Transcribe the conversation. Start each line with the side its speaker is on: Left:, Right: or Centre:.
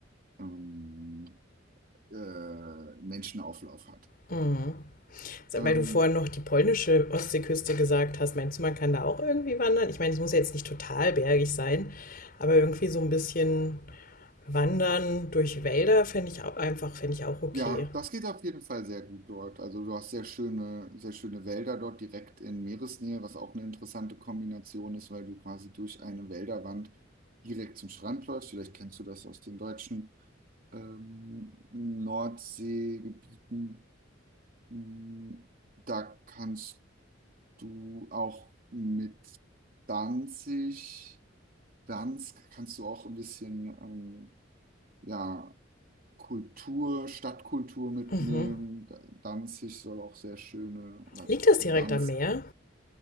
Right: ähm, äh, Menschenauflauf hat.
Left: Hm.
Right: Ähm,
Left: Weil du vorhin noch die polnische Ostseeküste gesagt hast, meinst du, man kann da auch irgendwie wandern? Ich meine, es muss ja jetzt nicht total bergig sein, aber irgendwie so ein bisschen wandern durch Wälder finde ich auch einfach, finde ich auch okay.
Right: Ja, das geht auf jeden Fall sehr gut dort. Also du hast sehr schöne, sehr schöne Wälder dort direkt in Meeresnähe, was auch eine interessante Kombination ist, weil du quasi durch eine Wälderwand direkt zum Strand läufst. Vielleicht kennst du das aus den deutschen ähm, Nordseegebieten. Mm, Da kannst du auch mit Danzig, Danzig kannst du auch ein bisschen ähm, ja, Kultur, Stadtkultur mitnehmen.
Left: Mhm.
Right: Da- Danzig soll auch sehr schöne, oder
Left: Liegt das
Right: Gdansk.
Left: direkt am Meer?